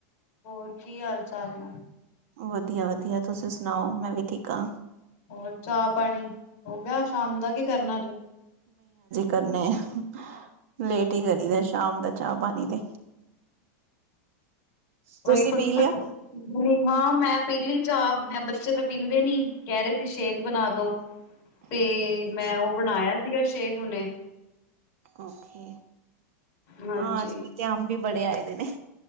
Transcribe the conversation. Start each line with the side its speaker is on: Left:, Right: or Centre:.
Left: ਹੋਰ ਕੀ ਹਾਲ- ਚਾਲ ਨੇ?
Right: ਵਦੀਆ- ਵਦੀਆ ਤੁਸੀਂ ਸੁਨਾਓ, ਮੈਂ ਵੀ ਠੀਕ ਆ।
Left: ਹੋਰ ਚਾਅ-ਪਾਨੀ ਹੋ ਗਿਆ ਸ਼ਾਮ ਦਾ, ਕੇ ਕਰਨਾ ਅਜੇ?
Right: ਕਰਨੇ ਆ, ਲੇਟ ਈ ਕਰਨੇ ਆ ਸ਼ਾਮ ਦਾ ਚਾਹ-ਪਾਣੀ ਤੇ। ਤੁਸੀਂ
Left: ਉਹੀ ਬਸ
Right: ਪੀ
Left: <unintelligible>
Right: ਲਿਆ
Left: ਨਈ ਮਾਂ ਮੈਂ ਪੀਲੀ ਚਾਹ, ਮੈਂ ਬੱਚੇ ਤੇ ਪੀਂਦੇ ਨੀ ਕੈਅ ਰੇ ਸੀ ਸ਼ੇਕ ਬਨਾ ਦੋ।
Right: <inaudible>
Left: 'ਤੇ
Right: ਅੱਛਾ
Left: ਮੈਂ ਉਹ ਬਨਾਇਆ ਸੀਗਾ ਸ਼ੇਖ ਹੁਨੇ।
Right: ਓਕੇ,
Left: ਹਾਂਜੀ
Right: ਹਾਂ ਅੱਜ- ਕੱਲ ਤੇ ਅੰਬ ਵੀ ਬੜੇ ਆਏ ਦੇ ਨੇ।